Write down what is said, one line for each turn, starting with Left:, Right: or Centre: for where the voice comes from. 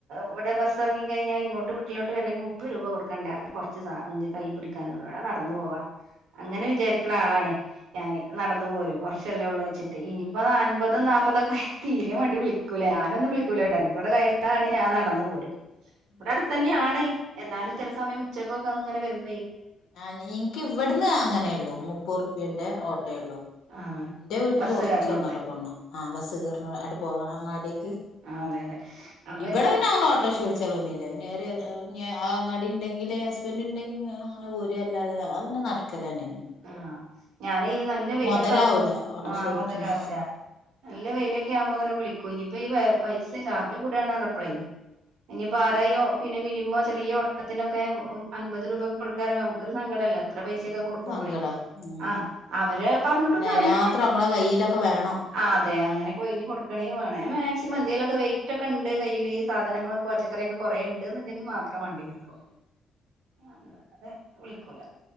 Right: ഇവിടെ ബസ് ഇറങ്ങി കഴിഞ്ഞാൽ ഇങ്ങോട്ട് വീട്ടിലോട്ട് വരണ്ടെിൽ മുപ്പത് രൂപ കൊടുക്കണ്ട കുറച്ച് കൈ പിടി ന നടന്ന പോവാ അങ്ങനെ വിചാരിക്കണ ആളാണേ ഞാന് നടന്ന പോരും കുറച്ചല്ലേ ഉള്ള
Left: ആ ആ
Right: വെച്ചിട്ട് ഇനിയിപ്പൊ
Left: ആ
Right: അമ്പത് നാല്പ്പതൊക്കെ തീരെ വണ്ടി വിളിക്കുല വിളിക്കൂലേ ഞാനൊന്നും
Left: ഉം
Right: വിളിക്കൂലേ ട്ടന്ന കൂടെ കഴയണതാണെങ്കി ഞാൻ നടന്ന പോരും
Left: ഉം
Right: ഇവിടെ
Left: ഉം
Right: അടുത്തന്നെയാണ് എന്നാലും ചില സമയ ഉച്ചക്കെ അങ്ങനെ വരും
Left: ആ നി ഇനിക്ക് ഇവിട്ന്ന് അങ്ങനെ ഉള്ളൂ മുപ്പത് റുപ്പ്യേന്റെ ഓട്ടോള്ളൂ
Right: ആഹ്
Left: ഇന്റെ വീട്ടില്
Right: ബസ്
Left: കുറച്ചൊന്ന്
Right: കേറണോടത്ത്
Left: അവിടെ പോണം ആ ബസ്സ് കേറണ അവിടെ പോണം അങ്ങാടീക്ക്
Right: ആഹ് അതെ അപ്പൊ
Left: ഇബടെ
Right: അതെ
Left: പിന്നനോട്രഷ വിള ച്ചളന്നുല്ല പിന്നേറിയ ആ അങ്ങാടി ഇണ്ടെങ്കിൽ ഹസ്ബന്റ് ഇണ്ടെങ്കിൽ അങ്ങനെ പോരഅല്ലാത അതെപിന്നെ നടക്കല ന്നെണ്
Right: ആഹ് ഞാനീ ഈ നല്ല വെയിലൊക്കെ
Left: മുതലാവൂല
Right: ആവുമ്പോ
Left: ഓട്ടോറിക്ഷ
Right: ആഹ്
Left: വിളിക്കണ
Right: മോതലാവൂല നല്ല വെയിലൊക്കെ ആകുമ്പോ ഇങ്ങനെവിളിക്കും ഇഞ്ഞിപ്പോ ഈ പൈസ ചാർജ് കൂടാണ്ന്ന് പറഞ്ഞപ്പാളെ ഇനിപ്പോ ആര ഇ പിന്നെ മിനിമോ ചെറിയ ഓട്ടത്തിനൊക്കെ അൻപത് രൂപക്കെ കൊടുക്കാറമ്പോ ക്കരു സങ്കടല്ലേ ഇത്ര പൈസക്കെ
Left: ആ അത്
Right: കൊടുക്കുമ്പോളേ
Left: സങ്കടാ ഉം
Right: ആഹ് അവര് പറഞ്ഞിട്ടും
Left: പിന്നെ അതിനാത്രം
Right: കാര്യല്ല
Left: നമ്മളെ കയ്യിലൊക്കെ വേണം
Right: ആഹ് അതെ അങ്ങനെകൊയ്ഞ്
Left: ഉം
Right: കൊടുക്കേണെവേണെ മാക്സിമം
Left: ഉം
Right: എന്തെേലുക്കെ വെയിറ്റ് ഒക്കെണ്ട് കയിൽ സാധനങ്ങളൊക്കെ പച്ചക്കറിയൊക്കെ കുറെ ഇണ്ട്ന്നുണ്ടെങ്കി മാത്രം
Left: ഉം
Right: വണ്ടി പിടിക്കൂ
Left: ഉം
Right: അല്ലാതെ വിളിക്കൂല